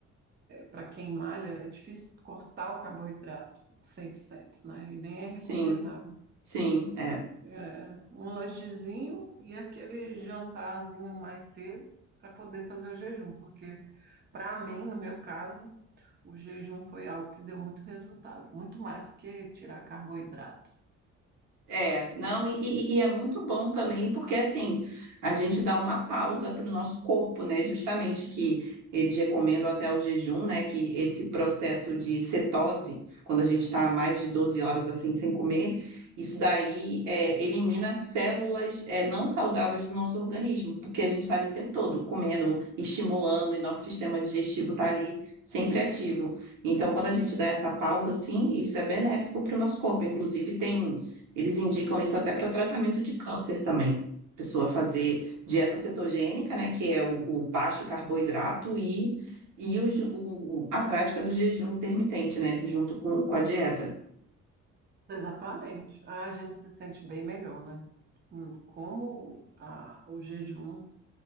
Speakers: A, on the right; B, on the right.
A: para quem malha, é difícil cortar o carboidrato 100%, né? E nem é recomendável.
B: Sim, sim, é.
A: É, um lanchezinho e aquele jantarzinho mais cedo para poder fazer o jejum, porque para mim, no meu caso, o jejum foi algo que deu muito resultado, muito mais do que tirar carboidrato.
B: É, não, e, e- e é muito bom também, porque assim, a gente dá uma pausa para o nosso corpo, né? Justamente que eles recomendam até o jejum, né? Que esse processo de cetose, quando a gente está mais de 12 horas assim sem comer, isso daí é, elimina células é, não saudáveis do nosso organismo, porque a gente está ali o tempo todo comendo, estimulando, e nosso sistema digestivo está ali sempre ativo. Então, quando a gente dá essa pausa, assim, isso é benéfico para o nosso corpo. Inclusive, tem. Eles indicam isso até para tratamento de câncer também. Pessoa fazer dieta cetogênica, né, que é o, o baixo carboidrato e, e o, ju- o- a prática do jejum intermitente, né, junto com, com a dieta.
A: Exatamente. Ah, A gente se sente bem melhor, né? Hum, Como a- o jejum,